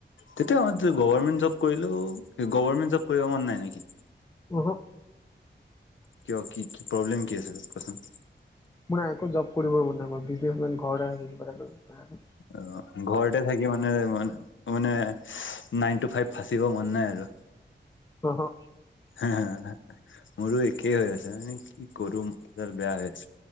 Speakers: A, on the left (about 80°); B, on the left (about 15°).
A: তেতিয়া সম <unintelligible> গভৰমেন্ট জব কৰিলো গমাৰমেন্ট জব কৰিব মন নাই নেকি?
B: উহু
A: কিয় কি কি প্ৰব্লেম কি আছে তাত কোৱা চোন?
B: মোৰ নাই একো জব কৰিবই মন নাই, মই বিজনেচ মেন ঘৰতে থাকি কিবা এটা কৰিব
A: অঁ, ঘৰতে থাকি মানে মানে নাইন টু ফাইভ ফাচিব মন নাই আৰু।
B: অহা।
A: হে হে মোৰো একেই হৈ আছে মানে কি কৰো মোঠা ডাল বেয়া হৈ আছে।